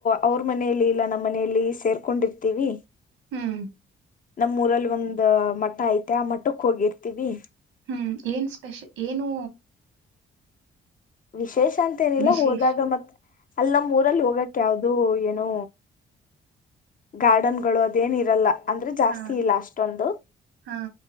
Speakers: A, on the left; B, on the right.
A: ಅವ್ರ ಮನೆಯಲ್ಲಿ ಇಲ್ಲ ನಮ್ಮ್ ಮನೆಯಲ್ಲಿ ಸೇರ್ಕೊಂಡಿರ್ತೀವಿ
B: ಹ್ಮ್ ಹ್ಮ್
A: ನಮ್ಮೂಊರಲ್ಲಿ ಒಂದ ಮಠ ಐತೆ ಆ ಮಠಕ್ ಹೋಗಿರ್ತೀವಿ
B: ಹ್ಮ್ ಏನ್ ಸ್ಪೆಷ ಏನು
A: ವಿಶೇಷ ಅಂತ ಏನಿಲ್ಲ
B: ವಿಶೇಷ
A: ಹೋದಾಗ ಮತ್ ಅಲ್ಲಿ ನ ಮೂಊರಲ್ಲಿ ಹೋಗಕ ಯಾವ್ದದು ಏನು ಗಾರ್ಡನ್ ಗಳು ಅದೇನ ಇರಲ್ಲ ಅಂದ್ರೆ ಜಾಸ್ತಿ
B: ಹಾ
A: ಇಲ್ಲ ಅಷ್ಟೊಂದು
B: ಹಾ